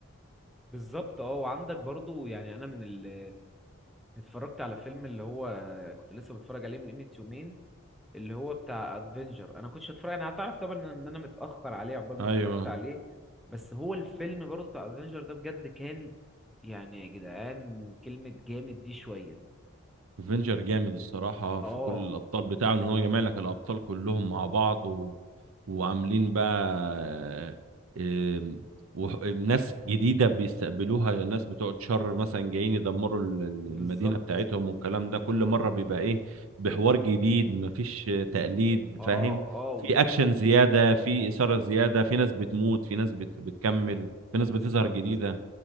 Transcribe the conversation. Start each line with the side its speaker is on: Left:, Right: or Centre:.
Centre: بالظبط اه وعندك برضو يعني انا من ال اتفرجت على فيلم اللي هو كنت لسه متفرج عليه من قيمة يومين اللي هو بتاع ادفنجر انا كنتش اتفرج انا هتعرف طبعا ان انا متأخر عليه عقبال ما
Right: ايوه
Centre: اتفرجت عليه بس هو الفيلم برضو بتاع ادفنجر ده بجد كان يعني يا جدعان كلمة جامد دي شوية
Right: افنجر جامد الصراحه
Centre: اه
Right: في كل الابطال بتاعه ان هو جمع لك الابطال كلهم مع بعض و... وعاملين بقى آه، آم، وح- ناس جديده بيستقبلوها ناس بتوع شر مثلا جايين يدمروا ال- ال-
Centre: بالظبط
Right: المدينه بتاعتهم والكلام ده كل مره بيبقى ايه بحوار جديد مفيش تقليد فاهم
Centre: اه اه
Right: في
Centre: و-
Right: اكشن زياده في اثاره زياده في ناس بتموت في ناس بت... بتكمل
Centre: بالظبط
Right: في ناس بتظهر جديده